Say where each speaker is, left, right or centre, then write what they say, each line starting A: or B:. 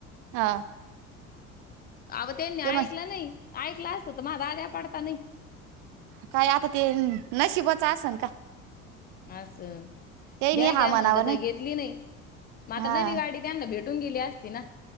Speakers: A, on the right; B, on the left.
A: हा!
B: आओ त्यांनी ऐकलं
A: ते म्हण
B: नाही. ऐकलं असतं तर म दाद्या पडतानी
A: काय आता ते नशीबाच असणं का,
B: असं!
A: त्याही
B: घ्या,
A: नाही
B: घ्या
A: हा
B: म्हटलं
A: मनावर नाही
B: तर घेतली नाही. मग आता
A: हा
B: नवी गाडी त्यांना भेटून गेली असते ना.